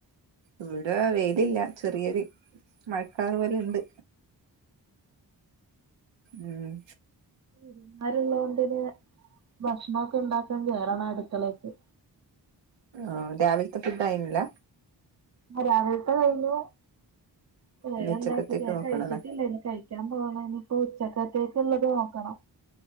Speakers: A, on the right; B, on the right.
A: ഇവ്ടെ വെയിലില്ല ചെറിയൊരു മഴക്കാർ പോലെ ഇണ്ട് ഉം
B: ഇരുന്നാലുള്ളതോടെന്നെ ഭക്ഷണോക്കെ ഉണ്ടാക്കാൻ കേയറണം അട്ക്കളേക്ക്
A: ആരാവിലത്തെ ഫുഡ് ആയിന്നില്ല
B: ആ രാവിലത്തെ കഴിഞ്ഞു <unintelligible>
A: ഇനി ഉച്ചക്കത്തേക്ക് നോക്കണല്ലേ
B: കഴിച്ചിട്ടില്ല ഇനി കഴിക്കാൻ പോകണം ഇനിയിപ്പോ ഉച്ചക്കത്തേക്കുള്ളത് നോക്കണം